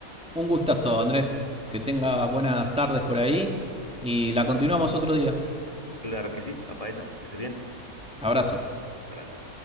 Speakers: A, in the centre; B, on the left (about 25°).
A: gustazo, Andrés. Que tengas buenas tardes por ahí y la continuamos otro día.
B: Claro que sí, papá esa, que estés bien.
A: Abrazo.
B: Abrazo.